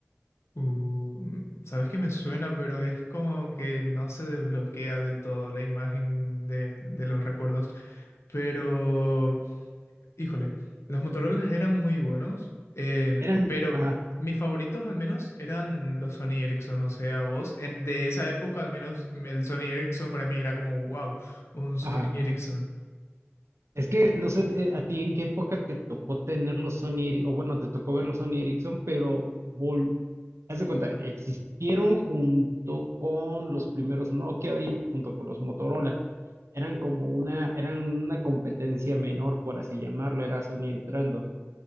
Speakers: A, on the left; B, on the right.
A: Uh, m- sabes que me suena, pero es como que no se desbloquea del todo la imagen de, de los recuerdos. Pero... Híjole, los Motorola eran muy buenos, el-
B: Eran,
A: pero
B: ajá,
A: mis favoritos al menos eran los Sony Ericsson, o sea, vos, en, de esa época al menos el Sony Ericsson para mí era como, wow, un Sony
B: ajá.
A: Ericsson,
B: Es que no sé eh, a ti en qué época te tocó tener los Sony Ericsson, o bueno, te tocó ver los Sony Ericsson, pero vol- haz de cuenta, existieron junto con los primeros Nokia y junto con los Motorola. Eran como una, eran una competencia menor, por así llamarlo, era Sony entrando.